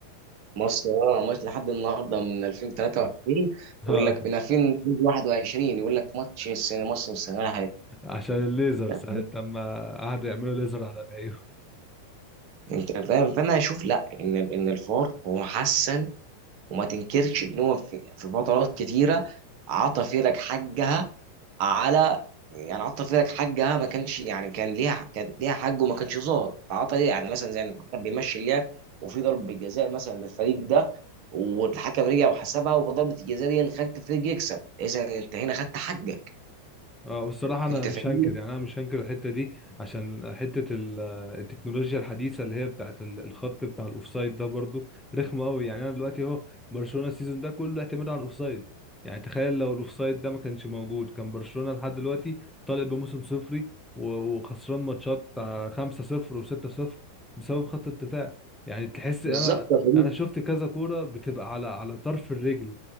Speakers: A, on the right; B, in the centre.
A: مصر اه ماتش لحد النهارده من 2023
B: <laughs>
A: يقول لك من 2021 يقول لك ماتش السنه مصر والسنغال
B: عشان الليزر
A: هيتعاد
B: ساعة لما قعدوا يعملوا ليزر على العيون
A: انت فاهم فانا اشوف لا ان ان الفار هو حسن وما تنكرش ان هو في, في فترات كتيره عطى فرق حقها على يعني عطى فرق حقها ما كانش يعني كان ليها كان ليها حق وما كانش ظاهر فعطى ليه يعني مثلا زي ان الحكم بيمشي اللعب وفي ضربه جزاء مثلا للفريق ده والحكم رجع وحسبها وضربه الجزاء دي اللي خلت الفريق يكسب اذا انت هنا خدت حقك
B: اه والصراحة أنا
A: انت
B: مش
A: فاهمني
B: هنكر يعني أنا مش هنكر الحتة دي عشان حتة ال- آه، التكنولوجيا الحديثة اللي هي بتاعة ال- الخط بتاع الأوفسايد ده برضو رخمة أوي يعني أنا دلوقتي أهو برشلونة السيزون ده كله اعتماد على الأوفسايد يعني تخيل لو الأوفسايد ده ما كانش موجود كان برشلونة لحد دلوقتي طالع بموسم صفري و- وخسران ماتشات بتاع 5-0 و6-0 بسبب خط الدفاع يعني تحس أنا
A: بالظبط يا صديقي
B: أنا شفت كذا كورة بتبقى على على طرف الرجل